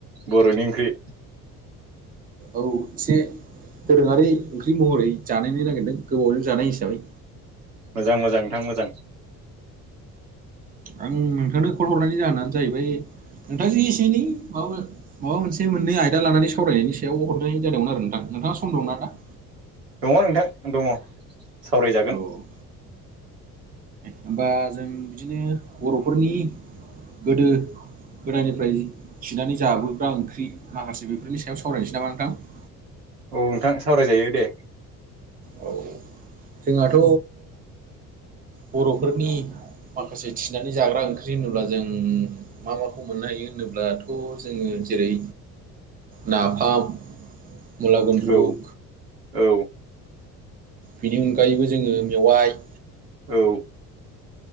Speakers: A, on the right; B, on the right.
A: बर'नि ओंख्रि
B: औ एसे दोरोङारि ओंख्रि महरै जानायनो नागिरदों गोबावजों जानाय हिसाबै
A: मोजां मोजां नोंथां मोजां
B: आं नोंथांनो कल हरनायनि जाहोनानो जाहैबाय नोंथाङ जि एसे एनै माबा माबा मोनसे मोननै आयदा लानानै सावरायनायनि सायाव हरनाय जादोंमोन आरो नोंथां नोंथाङा सम दंना दा
A: दङ नोंथां दङ सावरायजागोन
B: औ होमबा जों बिदिनो बर'फोरनि गोदो गोदाननिफ्राय थिनानै जाबोग्रा ओंख्रि माखासे बेफोरनि सायाव सावरायनोसै नामा नोंथां
A: औ नोंथां सावरायजायो दे
B: औ जोंहाथ' बर'फोरनि माखासे थिनानै जाग्रा ओंख्रि होनोब्ला जों मा माखौ मोननो हायो होनोब्लाथ' जोङो जेरै नाफाम मुला गुन्द्रुक
A: औ औ
B: बेनि अनगायैबो जोङो मेवाइ
A: औ